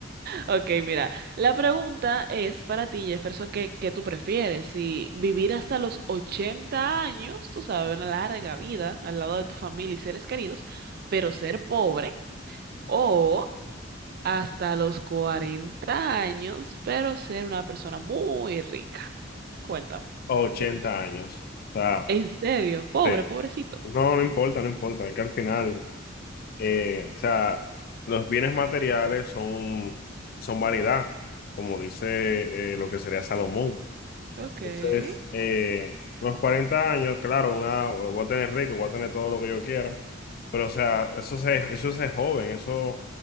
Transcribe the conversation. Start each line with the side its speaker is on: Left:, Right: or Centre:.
Right: Ok, mira, la pregunta es para ti, Jefferson, ¿qué, qué tú prefieres? Si vivir hasta los 80 años, tú sabes, una larga vida al lado de tu familia y seres queridos, pero ser pobre, o hasta los 40 años, pero ser una persona muy rica. Cuéntame,
Left: 80
Right: ¿qué prefieres?
Left: años. O sea,
Right: ¿En serio? Pobre,
Left: sí.
Right: pobrecito.
Left: No, no importa, no importa. Es que al final, eh, o sea, los bienes materiales son, son vanidad, como dice eh, lo que sería Salomón.
Right: Ok,
Left: Entonces,
Right: es
Left: eh, los 40 años, claro, una, voy a tener rico, voy a tener todo lo que yo quiera, pero o sea, eso se, eso es joven, eso,